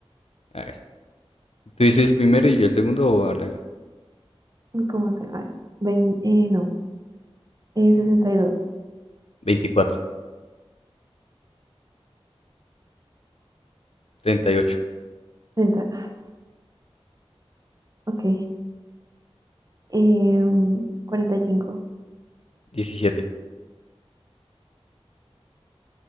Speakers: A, on the left; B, on the right.
A: A ver, tú dices el primero y yo el segundo o al revés.
B: ¿Cómo se? A ver. Vein- eh, no. Eh, sesenta y dos,
A: 24, 38,
B: 30. Ah, ok. Em, cuarenta y cinco
A: 17,